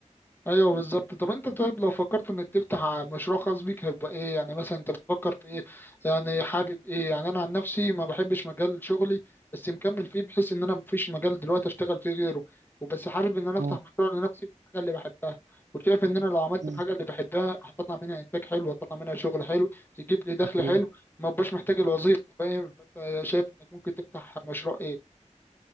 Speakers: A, on the left (about 15°); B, on the right (about 70°).
A: ايوه بالظبط طب انت طيب لو فكرت انك تفتح مشروع خاص بيك هيبقى ايه يعني مثلا انت بتفكر في ايه يعني حابب ايه يعني انا عن نفسي ما بحبش مجال شغلي بس مكمل فيه بحيث ان انا مفيش مجال دلوقتي اشتغل فيه غيره وبس حابب ان انا افتح
B: مم.
A: مشروع لنفسي في الحاجه اللي بحبها وشايف ان انا لو عملت
B: مم.
A: الحاجه اللي بحبها هطلع منها انتاج حلو هطلع منها شغل حلو يجيب لي دخل
B: اكيد
A: حلو ما بقاش محتاج الوظيفه فاهم فانت شايف انك ممكن تفتح مشروع ايه